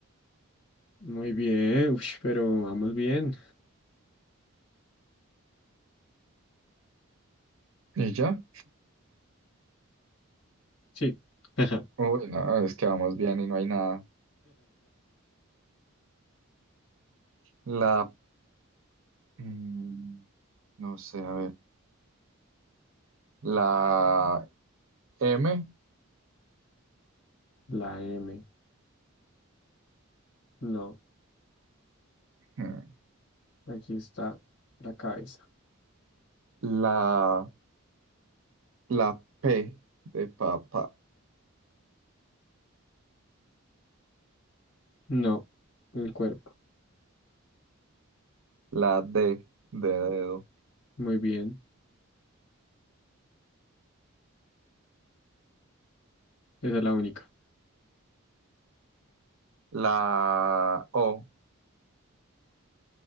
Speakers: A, on the left; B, on the right.
A: Muy bien, ush, pero vamos bien.
B: ¿Y ya?
A: Sí. <laughs>
B: Uy, no, es que vamos bien y no hay nada. La, mm, no sé, a ver. La M.
A: La M. No.
B: Mm.
A: Aquí está la cabeza.
B: La, la P de papá.
A: No. El cuerpo.
B: La D de dedo.
A: Muy bien. Esa es la única.
B: La O.